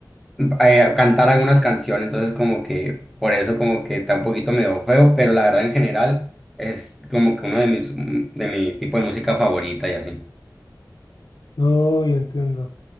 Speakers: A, in the centre; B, on the left (about 65°).
A: eh, cantar algunas canciones, entonces como que por eso como que está un poquito medio feo, pero la verdad en general es como que uno de mis, de mi tipo de música favorita y así.
B: No, ya entiendo.